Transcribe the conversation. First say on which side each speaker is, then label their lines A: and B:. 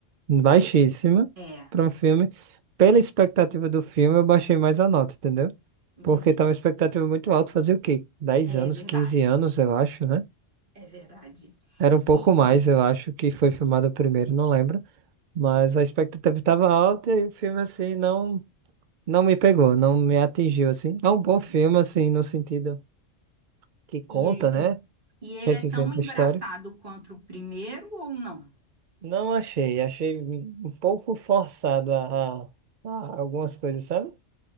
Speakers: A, on the right; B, on the right.
A: baixíssima
B: É,
A: para um filme. Pela expectativa do filme, eu baixei mais a nota, entendeu?
B: entendi.
A: Porque tava uma expectativa muito alta, fazia o quê? dez
B: É
A: anos,
B: verdade,
A: 15 anos, eu acho, né?
B: é verdade.
A: Era um pouco
B: E
A: mais, eu acho, que foi filmado o primeiro, não lembro. Mas a expectativa estava alta e o filme, assim, não, não me pegou, não me atingiu, assim.
B: entendi.
A: É um bom filme, assim, no sentido. que conta,
B: E ele,
A: né?
B: e ele
A: Revivendo
B: é tão engraçado
A: a história.
B: quanto o primeiro ou não?
A: Não achei, achei um pouco forçado a, a- a algumas coisas, sabe?